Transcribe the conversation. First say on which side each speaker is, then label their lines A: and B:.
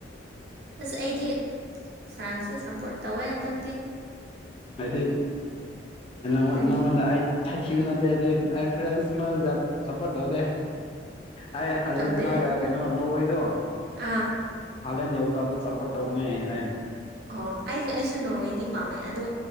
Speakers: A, on the right (about 55°); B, on the left (about 30°).
A: ꯑꯁ ꯑꯩꯗꯤ ꯐ꯭ꯔꯥꯟꯁꯇ ꯁꯞꯄꯣꯔꯠ ꯇꯧꯋꯦ ꯍꯟꯗꯛꯇꯤ
B: ꯍꯥꯏꯗꯤ ꯅꯪꯉꯣꯟꯗ
A: ꯅꯪꯗꯤ
B: ꯅꯪꯉꯣꯟꯗ ꯑꯩ ꯊꯛꯈꯤꯕ ꯅꯠꯇꯦ ꯑꯗꯨꯢ ꯑꯩ ꯐ꯭ꯔꯦꯟꯁ ꯐ꯭ꯔ ꯁꯄꯣꯔꯇ ꯇꯧꯗꯦ ꯑꯩ ꯑꯥꯔꯖꯦꯟꯇꯤꯅꯥꯒ
A: ꯇꯧꯗꯦ
B: ꯀꯩꯅꯣ ꯅꯣꯔꯋꯦꯗꯣ
A: ꯑꯥ
B: ꯍꯂꯦ ꯅꯕꯗ ꯑ ꯑꯗꯨ ꯆꯄꯣꯠ ꯇꯧꯅꯦ ꯍꯥꯏ
A: ꯑꯣ ꯑꯩꯖꯦ ꯑꯩꯁꯨ ꯅꯣꯔꯋꯦꯗꯤ ꯄꯥꯝꯃꯦ ꯑꯗꯨ